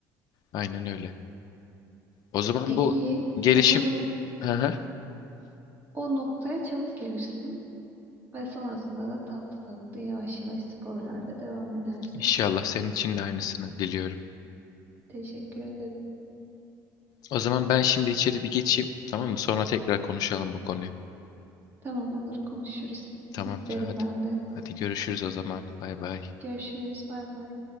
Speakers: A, on the left; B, on the right.
A: Aynen öyle. O zaman
B: E
A: bu
B: iyi.
A: gelişim...
B: Umarım
A: Hı hı.
B: o noktaya çabuk gelirsin ve sonrasında da tatlı tatlı yavaş yavaş sporlarla devam edersin.
A: İnşallah senin için de aynısını diliyorum.
B: Teşekkür ederim.
A: O zaman ben şimdi içeri bir geçeyim. Tamam mı? Sonra tekrar konuşalım bu konuyu.
B: Tamam olur konuşuruz.
A: Tamamdır,
B: İsterim
A: hadi.
B: ben de.
A: Hadi görüşürüz o zaman. Bay bay.
B: Görüşürüz. Bay bay.